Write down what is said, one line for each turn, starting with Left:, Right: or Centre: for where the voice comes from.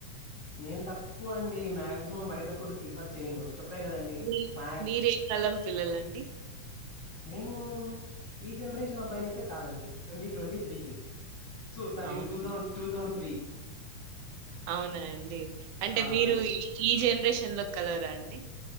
Left: నేను తక్కువ అండి మాక్సిమం బయట ఫుడ్ ప్రిఫర్ చేయను చెప్పాకదండి
Right: మీ
Left: మ్యా
Right: మీరే కాలం పిల్లలండి?
Left: నేను ఈ జనరేషన్ అబ్బాయిని అయితే కాదండి twenty twenty three kid so sorry
Right: అవును.
Left: two థౌండ్ టూథౌసండ్ త్రీ
Right: అవునా అండి అంటే
Left: ఆ
Right: మీరు
Left: అండి
Right: ఈ జనరేషన్ లో కలవరా అండి